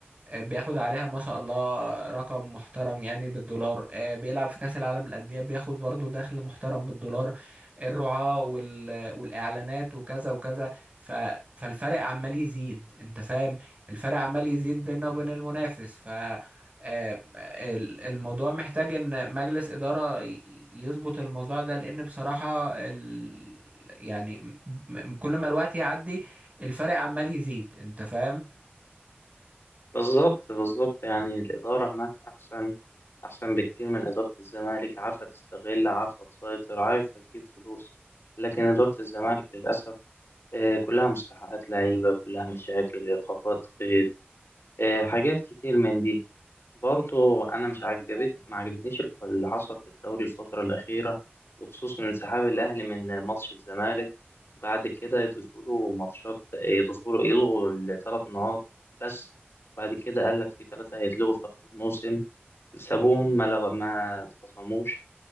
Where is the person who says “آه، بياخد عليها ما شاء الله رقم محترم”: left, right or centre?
Right